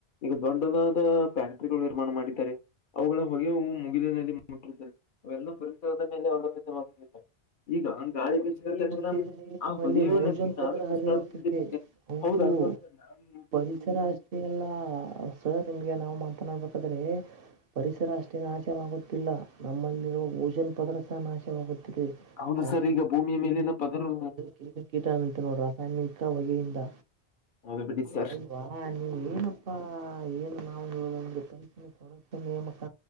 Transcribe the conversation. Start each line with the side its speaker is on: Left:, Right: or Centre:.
Left: ಈಗ ದೊಡನಾದ ಫ್ಯಾಕ್ಟ್ರಗಳು ನಿರ್ಮಾಣ ಮಾಡಿದ್ದಾರೆ ಅವುಗಳ ಹೊಗೆವು ಮುಗಿಲಿನಲ್ಲಿ ಮುಟ್ಟಿರುತ್ತವೆ ಅವೆಲ್ಲ ಪರಿಸಸಲ್ಲ ಅವ ಮಾಡ ಈಗ ಗಾಳಿ ತಕ್ಷಣ
Right: ಮುಟ್ಟಿದರೆ ನಮ್ಮಲ್ಲಿ
Left: ಆ ಬದಿಯ
Right: ಓಜೋನ್
Left: ನಗೆ
Right: ಪದರ
Left: ನಾವೇ
Right: ಹರಿಯುತ್ತದೆ
Left: ಉರಾಡ
Right: ಹೌದು
Left: ಹೌದಲ್ ನ
Right: ಪರಿಸರ ಅಷ್ಟೇ ಅಲ್ಲ ಸರ್ ನಿಮ್ಗೆ ನಾವು ಮಾತನಾಡ್ಬೇಕ ಪರಿಸರ ಅಷ್ಟೇ ನಾಶವಾಗುತ್ತಿಲ್ಲ ನಮ್ಮಲ್ಲಿರ ಓಜನ್ ಪದ್ರ ಸ ನಾಶ ಸೇಮ ಪ್ರತಿ
Left: ಹೌದು
Right: ಆಯ
Left: ಸರ್ ಈಗ ಭೂಮಿಯ
Right: ಕೀಟಗಳು
Left: ಮೇಲಿನ ಪದರು
Right: ಇ ಕಿ ಕೀಟ ಅ ನೋ ರಾಸಾಯನಿಕ ಬಗೆಯಿಂದ
Left: ಹೌದು ಬಿಡಿ ಸರ್
Right: ಅಲ್ವಾ ನೀವ ಏನಪ್ಪಾ ಏನು ನಾವು ಪಕ್ಷ ಸೊಡಕ್ಷ ನೇಮಕ